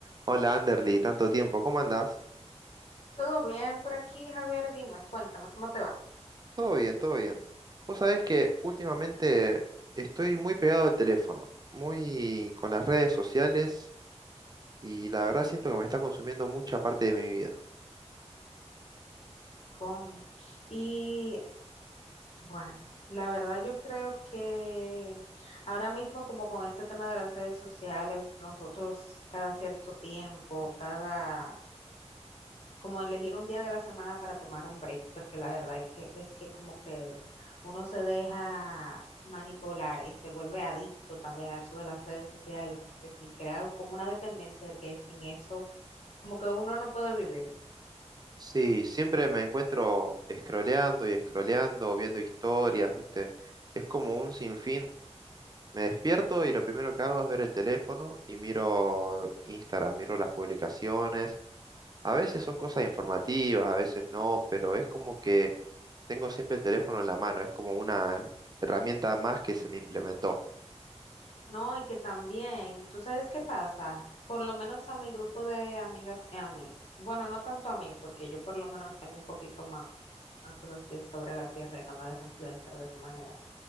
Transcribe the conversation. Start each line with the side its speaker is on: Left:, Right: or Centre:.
Right: Hola Anderly, tanto tiempo, ¿cómo andás?
Left: Todo bien por aquí, Javier, dime, cuéntame, ¿cómo te va?
Right: Todo bien, todo bien. Vos sabés que últimamente estoy muy pegado al teléfono, muy con las redes sociales y la verdad siento que me está consumiendo mucha parte de mi vida.
Left: ¿Cómo? Y bueno, la verdad yo creo que ahora mismo como con este tema de las redes sociales, nosotros cada cierto tiempo, cada, como elegir un día de la semana para tomar un break, porque la verdad es que, es que como que uno se deja manipular y se vuelve adicto también a eso de las redes sociales y crea como una dependencia de que sin eso, como que uno no puede vivir.
Right: Sí, siempre me encuentro scrolleando y scrolleando, viendo historias, ¿viste? Es como un sinfín. Me despierto y lo primero que hago es ver el teléfono y miro Instagram, miro las publicaciones. A veces son cosas informativas, a veces no, pero es como que tengo siempre el teléfono en la mano, es como una herramienta más que se me implementó.
Left: No, y que también, ¿tú sabes qué pasa? Por lo menos a mi grupo de amigas y a mí. Bueno, no tanto a mí, porque yo por lo menos tengo un poquito más, los pies sobre la tierra y no me dejo influenciar de esa manera.